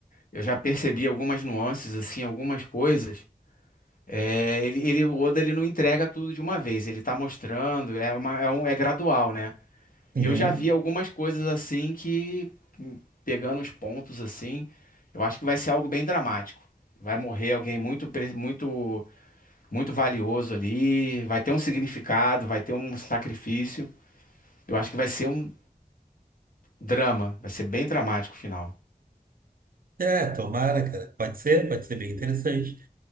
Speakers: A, on the left; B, on the right.
A: eu já percebi algumas nuances, assim, algumas coisas É, ele, ele- o Oda ele não entrega tudo de uma vez, ele tá mostrando, é, uma, é, um, é gradual, né?
B: Uhum.
A: E eu já vi algumas coisas assim que, hum, pegando os pontos assim, eu acho que vai ser algo bem dramático. Vai morrer alguém muito, pre- muito, muito valioso ali, vai ter um significado, vai ter um sacrifício. Eu acho que vai ser um drama, vai ser bem dramático o final.
B: É, tomara, cara. Pode ser, pode ser bem interessante.